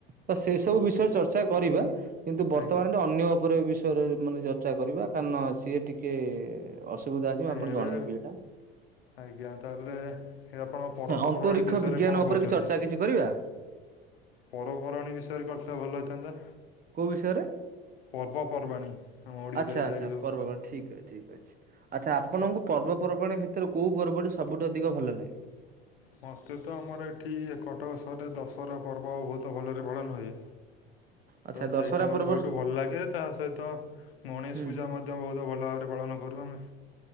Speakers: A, on the right; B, on the left.
A: ତ ସେ ସବୁ ବିଷୟରେ ଚର୍ଚ୍ଚା କରିବା କିନ୍ତୁ ବର୍ତ୍ତମାନ
B: ଆଜ୍ଞା
A: <unintelligible> ଅନ୍ୟ ଉପରେ ବିଷୟରେ ମାନେ ଚର୍ଚ୍ଚା କରିବା, କାରଣ ସିଏ ଟିକେ ଅସୁ <unintelligible> ମୁଁ
B: ଆଜ୍ଞା
A: ଆପଣଙ୍କୁ
B: ଏବେ
A: ଜଣେଇବି। ଏଇଟା
B: ଆଜ୍ଞା ତାହେଲେ <unintelligible> ଆପଣ ପର୍ବପର୍ବାଣୀ
A: ଅନ୍ତରୀକ୍ଷ
B: ବିଷୟରେ
A: ବିଜ୍ଞାନ
B: କଣ
A: ଉପରେ
B: କହୁଛନ୍ତି?
A: କି ଚର୍ଚ୍ଚା କିଛି କରିବା?
B: ପର୍ବପର୍ବାଣୀ ବିଷୟରେ କ <unintelligible> ଭଲ ହେଇଥାନ୍ତା।
A: କୋଉ ବିଷୟରେ?
B: ପର୍ବପର୍ବାଣୀ ଆମ ଓଡ଼ିଶାରେ
A: ଆଛା ଆଚ୍ଛା
B: ଯାହାବି ସବୁ
A: ପର୍ବ ଠିକ ଠିକ ଅଛି। ଆଚ୍ଛା ଆପଣଙ୍କୁ ପର୍ବପର୍ବାଣୀ ଭିତରେ, କୋଉ ପର୍ବଟି ସବୁଠୁ ଅଧିକ ଭଲ ଲାଗେ?
B: ମତେ ତ ଆମର ଏଠି ଇଏ କଟବ ସହରରେ ଦଶହରା ପର୍ବ ବୋହୁତ ଭଲରେ ପାଳନ ହୁଏ।
A: ଆଚ୍ଛା
B: ତ ସେଇଟା
A: ଦଶହରା
B: ମତେ
A: ପର୍ବ
B: ସବୁଠୁ ଭଲ ଲାଗେ ତା ସହିତ ଗଣେଶ
A: ହୁଁ।
B: ପୂଜା ମଧ୍ୟ ବୋହୁତ ଭଲ ଭାବରେ ପାଳନ କରୁ ଆମେ।